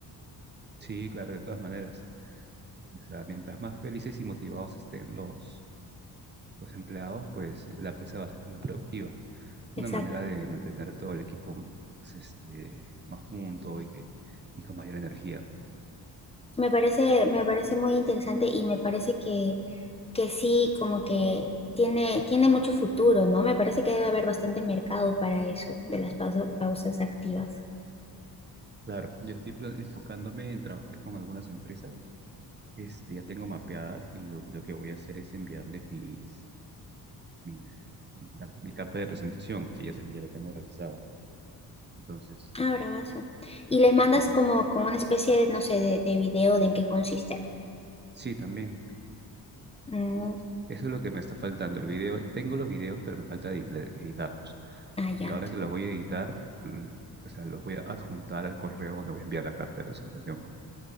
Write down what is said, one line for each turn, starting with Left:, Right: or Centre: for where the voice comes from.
Right: Sí, claro, de todas maneras. O sea, mientras más felices y motivados estén los, los empleados, pues la empresa va a ser más productiva. Una
Left: Exacto.
Right: manera de mantener todo el equipo más, este, más junto y, que, y con mayor energía. ¿no?
Left: Me parece, me parece muy interesante y me parece que que sí, como que tiene, tiene mucho futuro, ¿no? Me parece que debe haber bastante mercado para eso, de las pausa- pausas activas.
Right: Claro, yo estoy pla- enfocándome en trabajar con algunas empresas. Este, ya tengo mapeadas y lo, lo que voy a hacer es enviarles mis, mis, mi mi carta de presentación, que ya, ya la tengo realizada. Entonces,
Left: Ah, bravazo. ¿Y les mandas
Right: entonces,
Left: como, como una especie de, no sé, de, de video de en qué consiste?
Right: sí, también.
Left: Mm,
Right: Eso es lo que me está faltando. El video, tengo los videos, pero me falta edi- le- editarlos.
Left: ah,
Right: Y
Left: ya.
Right: ahora que los voy a editar, l- o sea, los voy a adjuntar al correo donde voy a enviar la carta de presentación. pues.